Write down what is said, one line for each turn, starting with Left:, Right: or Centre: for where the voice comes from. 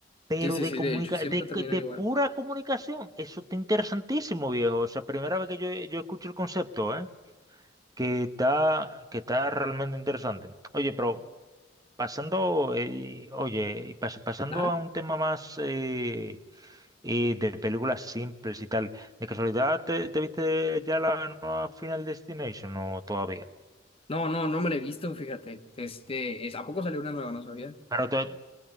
Right: pero
Left: Sí, sí,
Right: de,
Left: sí,
Right: comunica
Left: de hecho, siempre
Right: de,
Left: terminan
Right: de
Left: igual.
Right: pura comunicación, eso está interesantísimo, viejo, o sea, primera vez que yo, yo escucho el concepto, ¿eh? que está, que está realmente interesante. Oye, pero pasando, eh, oye, y pas- pasando
Left: Ajá.
Right: a un tema más eh, eh, de películas simples y tal, ¿de casualidad te, te viste ya la nueva Final Destination o todavía?
Left: No, no, no me la he visto, fíjate. Este, es, ¿a poco salió una nueva? No sabía.
Right: Pero to-